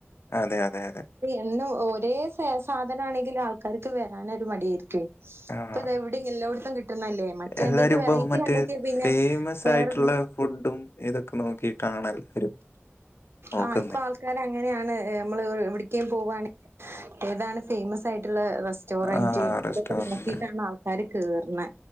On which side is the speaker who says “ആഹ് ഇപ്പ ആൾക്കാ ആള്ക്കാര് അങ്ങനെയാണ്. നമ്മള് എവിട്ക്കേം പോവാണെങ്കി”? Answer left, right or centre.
Right